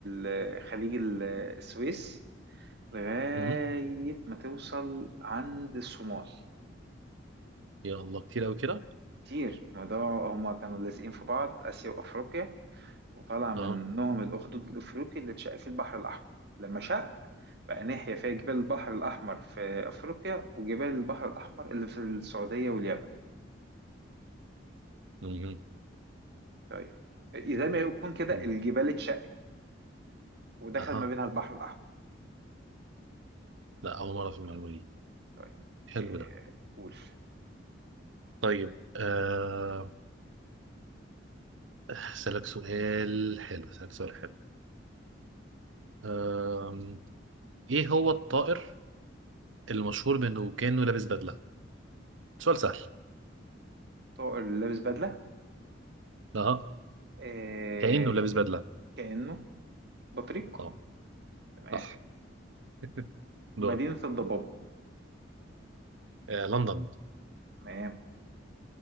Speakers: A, on the right; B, on the right.
A: ال... خليج ال- السويس لغاية
B: مم.
A: ما توصل عند الصومال
B: يا الله كتير قوي كده
A: كتير الموضوع هما كانوا لازقين في بعض آسيا وأفريقيا وطلع منهم
B: اه
A: الأخدود الأفريقي اللي اتشق في البحر الأحمر لما شق بقى ناحية فيها جبال البحر الأحمر في أفريقيا وجبال البحر الأحمر اللي في السعودية واليمن
B: مم.
A: طيب إيه، زي ما يكون كده
B: مم.
A: الجبال اتشقت ودخل
B: اها
A: ما بينها البحر الأحمر
B: لا اول مرة في المعلومة دي
A: طيب
B: حلو
A: إيه،
B: ده
A: قول
B: طيب آه، اسالك سؤال حلو اسالك سؤال حلو ايه هو الطائر المشهور بانه كانه لابس بدله سؤال سهل
A: طائر اللي لابس بدلة
B: اه
A: إيه،
B: كانه لابس بدله
A: كأنه بطريق
B: اه
A: تمام
B: صح <laughs>
A: مدينة
B: دور
A: الضباب
B: آه لندن
A: تمام